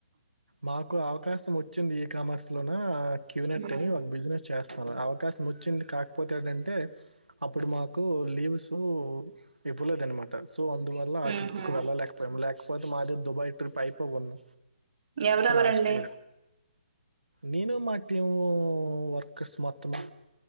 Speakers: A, on the right; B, on the right.
A: మాకు అవకాశం వచ్చింది ఈ కామర్స్ లోన క్యూనెట్
B: హ్మ్.
A: అని ఒక బిజినెస్ చేస్త అవకాశం వచ్చింది కాకపోతే ఏంటంటే అప్పుడు మాకు లీవ్స్ సో ఇప్పులేదనమాట సో అందువల్ల
B: హుహు.
A: ఆ ట్రిప్కు వెళ్ళలేక మ లేకపోతే మాదే దుబాయ్ ట్రిప్ అయిపోవును
B: ఎవరెవరండి?
A: లాస్ట్ ఇయర్ నేను మాటీమూ వర్కర్స్ మొత్తము